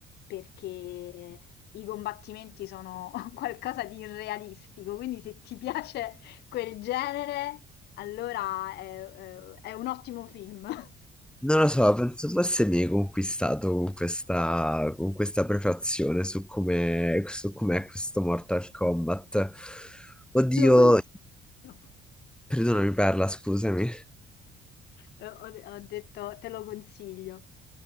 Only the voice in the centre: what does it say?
Non lo so, penso forse mi hai conquistato con questa, con questa prefazione su come, su com'è questo Mortal Kombat. Oddio,
perdonami Perla, scusami.